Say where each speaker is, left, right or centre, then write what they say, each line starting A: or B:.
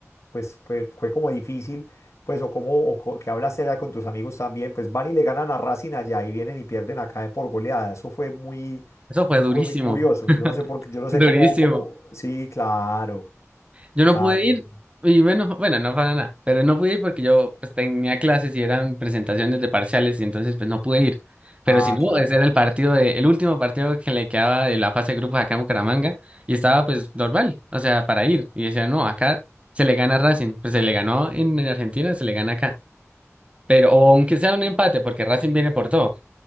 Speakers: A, on the left (about 60°); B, on the right (about 25°).
A: pues fue, fue como difícil, pues o como o co- que hablaste allá con tus amigos también, pues van y le ganan a Racing allá y vienen y pierden acá por goleada. Eso fue muy,
B: Eso fue durísimo.
A: eso fue muy curioso.
B: <laughs>
A: Yo no sé por qué, yo no
B: Durísimo.
A: sé cómo, cómo, sí, claro,
B: Yo
A: claro.
B: no pude ir,
A: eh,
B: y bueno, bueno, no para nada, pero no pude ir porque yo pues, tenía clases y eran presentaciones de parciales, y entonces pues no pude ir. Pero
A: Ah,
B: si no,
A: claro.
B: ese era el partido de, el último partido que le quedaba de la fase de grupos acá en Bucaramanga, y estaba pues normal, o sea, para ir. Y decía, no, acá se le gana a Racing, pues se le ganó en en Argentina, se le gana acá. Pero, o aunque sea un empate, porque Racing viene por todo,